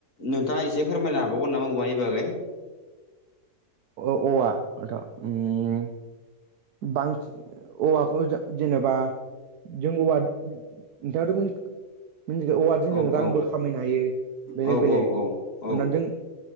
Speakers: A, on the left; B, on the right.
A: नोंथाङा एसे फोरमायनो हाबावगोन नामा औवानि बागै?
B: औवा उम बांसिन औवाखौ जों जेनेबा जों औवा नोंथाङाथ'मोन मि ज औवाजों
A: औ
B: जों रांबो
A: औ
B: खामायनो हायो बेलेग
A: औ
B: बेलेग
A: औ औ औ
B: <unintelligible>